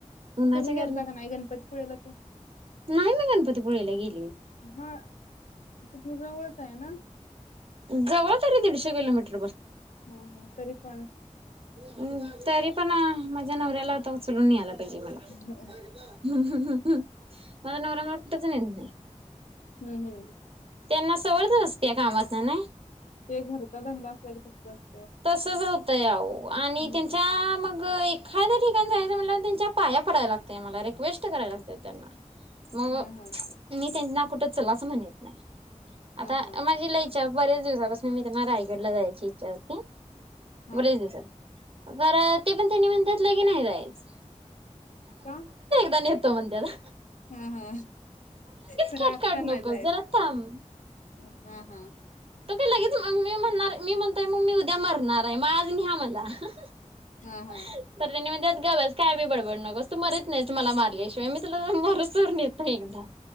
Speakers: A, on the right; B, on the left.
A: उन्हाच्या
B: तुम्ही
A: कारण
B: गेलता का नाय गणपतीपुळ्याला तेन?
A: नाही मी गणपतीपुळ्याला गेली
B: हा तिथन जवळच हायं ना?
A: जवळ तरी दीडशे किलोमीट
B: ह ह तरी पण
A: <unintelligible> तरी पण..... माझ्या नवऱ्याला आता उचलून न्याल्यात <unintelligible> पाहिजे मला
B: हम्म
A: हु-हु-हु माझा नवरा मला कुठच नेत नाई.
B: हम्म
A: त्यांना सवळ <unintelligible> त्या कामातन नाय
B: ते घरचा धंदा असला की तसंच असतं.
A: तसच होतंय आहो आणि
B: हम्म.
A: त्यांच्या मग एखाद्या ठिकाण जायचं म्हटल्यावं त्यांच्या पाया पडाय लागत मला रिक्वेस्ट कराय लागतिया त्यांना. मग
B: हा हा
A: मी त्यांना कुठ चलाच म्हणीत नाय.
B: हा
A: आता
B: हा
A: अ माझी लई इच्छा बऱेच दिवसापासन मी त्यांना रायगडला ला जायाची इच्छा होती. बरेच
B: हा
A: दिवसांनी तर ते पण त्यांनी म्हणत्यात की लगी न्हाय जायच.
B: का?
A: आता न्हेतो मणत्यात.
B: ह ह तर
A: खेट
B: आत्ता
A: काढ
B: नाय
A: नकोस
B: जाईत
A: जरा
B: नाय
A: थांब
B: ह ह
A: तर काय लगेच मग मी म्हणणार मी म्हणतोय मग मी उद्या मरणाराय मग आज न्ह्या मला हु हु
B: हा हा
A: तर त्यांनी मणत्यात गबस काय बी बडबडू नगोस तू मरत नाइस मला मारल्याशिवाय मी तुला मरुस्तोर नेत नाही एकदा